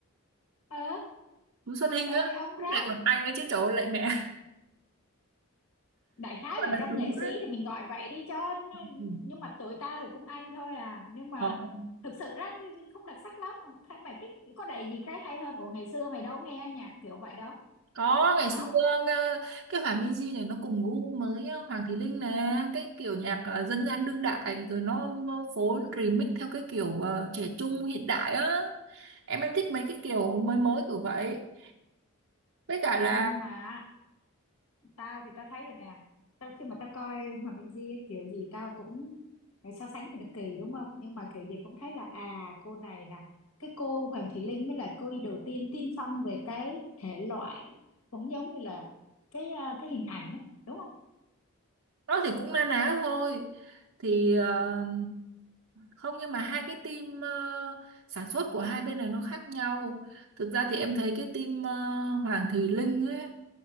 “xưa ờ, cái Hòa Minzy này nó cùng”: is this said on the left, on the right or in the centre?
Right